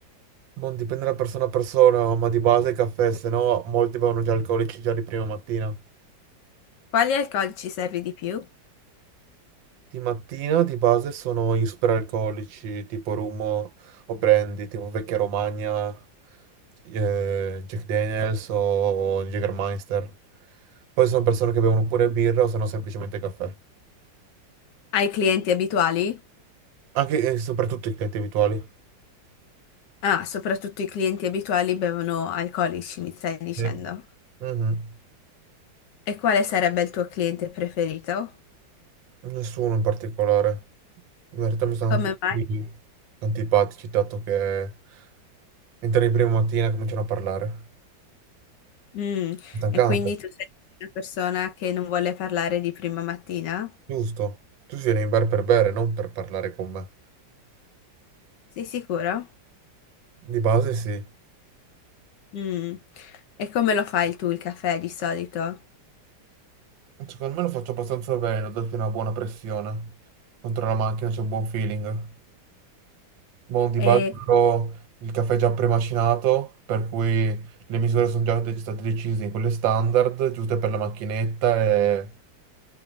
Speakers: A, on the right; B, on the left.
A: Non dipende da persona a persona, ma di base il caffè, se no molti bevono già alcolici già di prima mattina.
B: Quali alcolici servi di più?
A: Di mattina di base sono i superalcolici tipo Rummo o Brandy, tipo Vecchia Romagna, eh, Jack Daniels o Jägermeister. Poi sono persone che bevono pure birra o se no semplicemente caffè.
B: Ai clienti abituali?
A: Anche e soprattutto i clienti abituali.
B: Ah, soprattutto i clienti abituali bevono alcolici, mi stai dicendo.
A: Sì. Mhm.
B: E quale sarebbe il tuo cliente preferito?
A: Nessuno in particolare. In verità mi sono
B: Come mai?
A: tutti antipatici, dato che entri in prima mattina e cominciano a parlare.
B: Mm,
A: Stancante,
B: E quindi tu sei una persona che non vuole parlare di prima mattina?
A: giusto? Tu vieni in bar per bere, non per parlare con me.
B: Sei sicuro?
A: Di base sì.
B: Mm. E come lo fai tu il caffè di solito?
A: Secondo me lo faccio abbastanza bene, ho dato una buona pressione. Contro la macchina c'è un buon feeling. Buon di
B: E
A: base però, il caffè è già premacinato, per cui le misure sono già de- state decise, in quelle standard, giuste per la macchinetta e